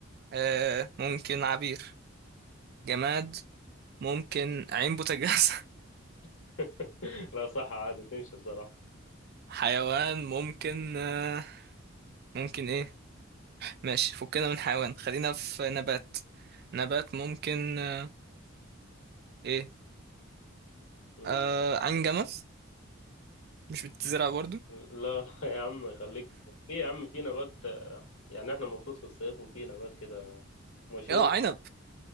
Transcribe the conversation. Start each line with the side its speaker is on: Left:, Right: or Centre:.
Right: آه ممكن عبير جماد ممكن عين بوتاجاز
Left: <laughs> لا صح عادي تمشي بصراحة
Right: <laughs> حيوان ممكن آه ممكن ايه ماشي فكنا من حيوان خلينا في نبات نبات ممكن آه ايه
Left: م-
Right: آه عين جمل مش بتزرع برضو
Left: م- لا يا عم خليك في يا عم في نبات يعني احنا المفروض في الصيف وفي نبات كده مشهور
Right: اه عنب